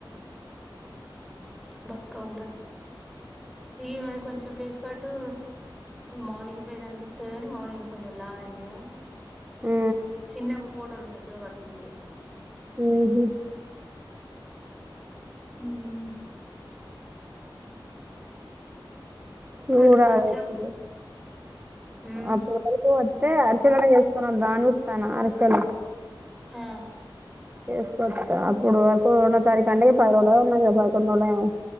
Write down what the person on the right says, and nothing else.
ఆ
ఉహు
చుడాలీ
అప్పుడు
అప్పుడు వరకు అతే అరిసెలనే చేసుకున దానమిస్తాన అరిశె అరిసెలు
చేసుకోవచ్చ అప్పుడు వరకు రన్న తారీఖు అంటే పది రోు ఉన్నాయి కదా పదకండు రోజు ఏమో